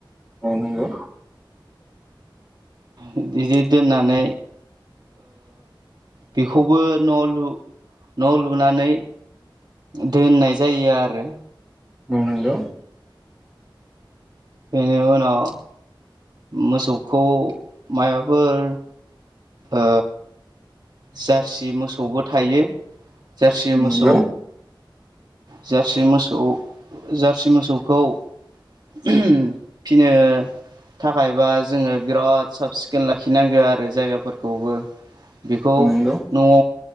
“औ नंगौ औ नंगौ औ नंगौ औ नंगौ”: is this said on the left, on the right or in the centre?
Centre